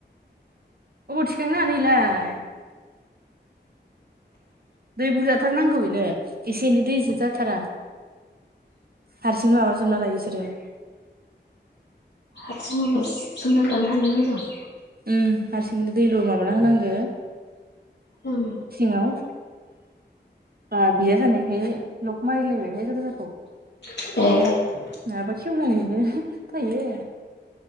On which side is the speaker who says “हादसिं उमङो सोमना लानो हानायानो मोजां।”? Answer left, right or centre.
Left